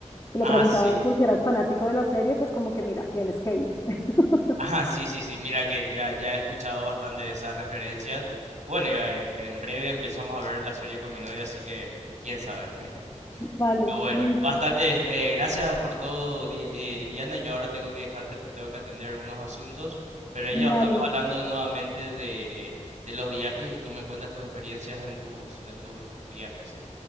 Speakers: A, on the left; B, on the right.
A: Y lo
B: Ah,
A: preguntaba
B: sí.
A: de por qué eras fanático de la serie, pues como que mira, tienes que ir. <laughs>
B: Ah, sí, sí, sí. Mira que ya, ya he escuchado bastante de esas referencias. Bueno, ya, eh, en breve empezamos a ver la serie con mi novia, así que quién sabe. <laughs> Pero
A: vale,
B: bueno,
A: listo,
B: bastante. eh, gracias por todo, Di- eh, Indiana. Yo ahora tengo que dejarte, pues tengo que atender unos asuntos. Pero ahí
A: dale.
B: ya estamos hablando nuevamente de, de los viajes y tú me cuentas tus experiencias en tus, en tus viajes.